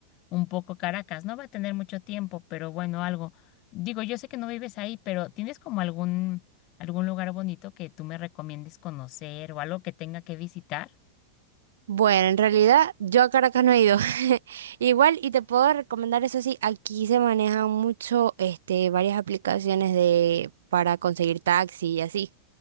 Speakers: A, on the left (about 40°); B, on the right (about 60°).
A: un poco Caracas. No va a tener mucho tiempo, pero bueno, algo. Digo, yo sé que no vives ahí, pero ¿tienes como algún, algún lugar bonito que tú me recomiendes conocer o algo que tenga que visitar?
B: Bueno, en realidad yo a Caracas no he ido. <laughs> Igual, y te puedo recomendar eso sí, aquí se manejan mucho, este, varias aplicaciones de para conseguir taxi y así.